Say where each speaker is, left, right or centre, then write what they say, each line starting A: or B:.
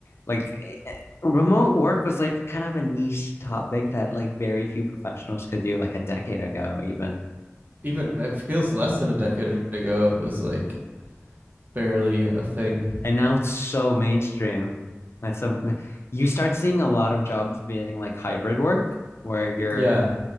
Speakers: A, on the left; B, on the right.
A: Like eh, remote work was like kind of a niche topic that like very few professionals could do like a decade ago even.
B: Even it feels less than a decade ago, it was like barely a thing.
A: And now it's so mainstream. That's a you start seeing a lot of jobs being like hybrid work where you're
B: Yeah,